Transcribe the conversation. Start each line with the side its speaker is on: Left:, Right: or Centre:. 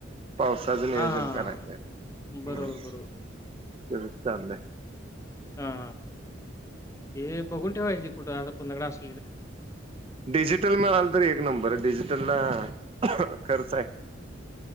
Right: पावसाचं नियोजन
Left: हां, हां,
Right: करायचं
Left: हां, हां.
Right: आहे
Left: बरोबर,
Right: हम् त्याचंच
Left: बरोबर.
Right: चाललंय.
Left: हा हे बघून ठेवायची कुठ कोणाकडे अस
Right: डिजिटल मिळाल तरी एक नंबर आहे डिजिटलला खर्च आहे.